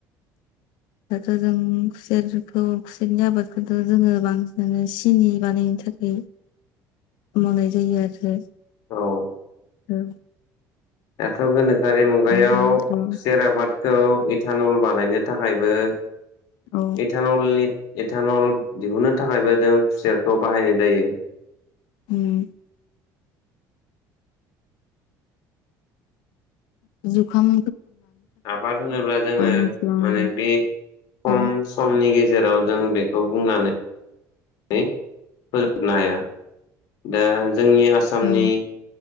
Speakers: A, on the left; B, on the left.
A: दाथ' जों खुसेरखौ खुसेरनि आबादखौथ' जोङो बांसिनानो सिनि बानायनो थाखाय मावनाय जायो आरो।
B: औ
A: उ
B: दाथ' गोनोखोआरि मुगायाव
A: मानिखौ
B: खुसेर आबादखौ इथानल बानायनो थाखायबो
A: औ
B: इथानलनि एटानल दिहुनो थाखायबो जों खुसेरखौ बाहायनाय जायो।
A: उम। जुखाम
B: आबाद होनोब्ला जोङो
A: मिथिबाङा
B: माने
A: आरो
B: बे खम
A: औ
B: समनि गेजे राव जों बेखौ बुंनानै नै- फोजोबनो हाया दा जोंनि आसामनि
A: औ